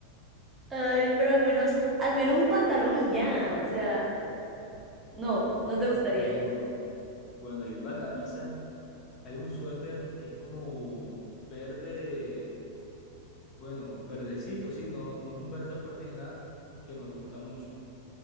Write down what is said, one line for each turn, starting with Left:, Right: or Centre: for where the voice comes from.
Right: Ay, pero al menos, al menos un pantalón y ya. O sea, no, no te gustaría.
Left: Bueno, bueno. Bueno, y una camisa. Hay un suéter que es como verde, bueno, verdecito, sí, no, no es un verde fuerte ni nada, que me gusta mucho.